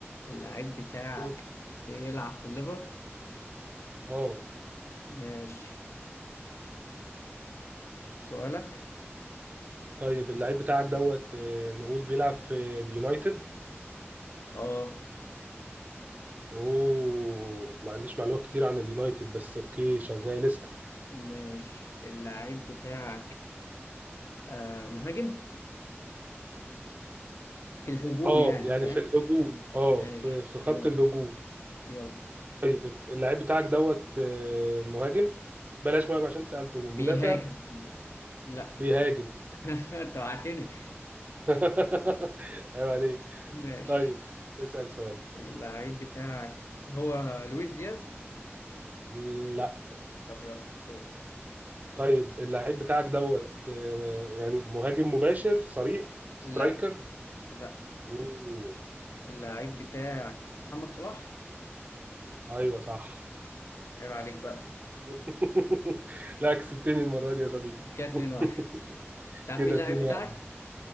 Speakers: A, on the left; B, on the right.
A: اللاعب بتاعك
B: اوف
A: بيلعب في الليفر
B: اه
A: ماشي سؤالك
B: طيب اللعيب بتاعك دوت آه، نقول بيلعب في اليونايتد
A: اه
B: اوه ما عنديش معلومات كتير عن اليونايتد بس اوكي شغال اسال
A: ماشي اللاعب بتاعك آه مهاجم في الهجوم
B: اه
A: يعني
B: يعني
A: فاهم
B: في الهجوم اه
A: ماشي
B: في في خط
A: يلا
B: الهجوم
A: يلا
B: طيب اللعيب بتاعك دوت آه، مهاجم بلاش مهاجم عشان سألته
A: بيهاجم
B: مدافع
A: بي... لا
B: بيهاجم
A: <laughs> انت وقعتني
B: <laughs> عيب عليك
A: ماشي
B: طيب اسأل سؤال
A: اللعيب بتاعك هو لويس دياز
B: لا
A: طب يلا دورك.
B: طيب اللعيب بتاعك دوت آه، يعني مهاجم مباشر صريح سترايكر
A: لا لا
B: اوه
A: اللعيب بتاعك محمد صلاح
B: ايوه صح
A: عيب عليك بقى
B: <laughs> لا كسبتني المرة دي يا صديقي
A: كده 2
B: <laughs>
A: واحد تعرف
B: كده
A: مين اللعيب
B: 2
A: بتاعك
B: 1